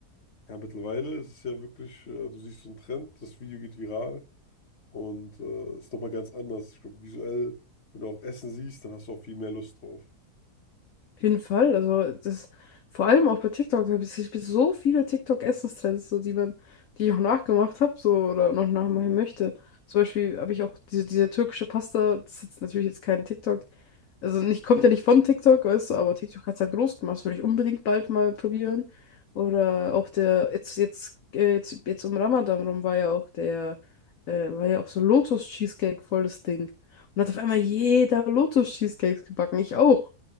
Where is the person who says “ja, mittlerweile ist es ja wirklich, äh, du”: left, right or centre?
Left